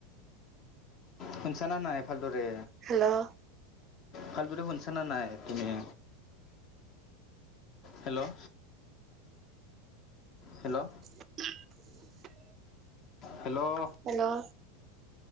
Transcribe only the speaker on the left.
শুনছা না- নাই এ ভাল দৰে?
ভাল দৰে শুনছা না নাই তুমি', hello, hello,
hello,